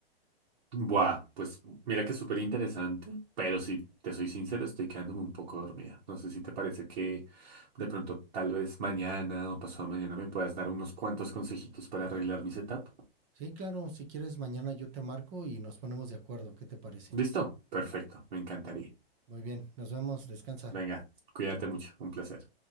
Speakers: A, on the right (about 55°); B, on the right (about 20°).
A: Buah, pues mira que es súper interesante, pero si te soy sincero, estoy quedándome un poco dormida. No sé si te parece que de pronto tal vez mañana o pasado mañana me puedas dar unos cuantos consejitos para arreglar mi setup.
B: Sí, claro, si quieres mañana yo te marco y nos ponemos de acuerdo, ¿qué te parece?
A: ¿Listo? Perfecto, me encantaría.
B: Muy bien, nos vemos, descansa.
A: Venga, cuídate mucho, un placer.